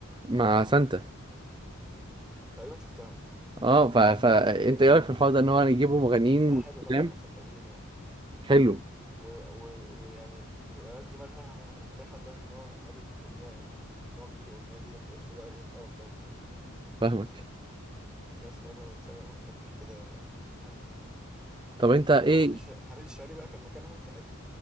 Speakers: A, on the right; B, in the centre.
A: مع سانتا
B: تقريبا شفتها
A: اه ف... فانت ايه رايك في الحوار ده ان هو يجيبوا مغنيين
B: لا حلو طبعا
A: قدام
B: عشان تغيير يعني
A: حلو
B: ويعني و- و- ويعني بتبقى ناس دماغها متفتحة لدرجة إن هو قابل أغنية نوع جديد وأغنية جديدة ما بيقولش بقى إيه القرف ده ومش عارف إيه
A: فاهمك
B: بس فلازم الإنسان يبقى متفتح كده على الجديد
A: طب انت ايه
B: فحميد الش... حميد الشاعري بقى كان مكانهم ساعتها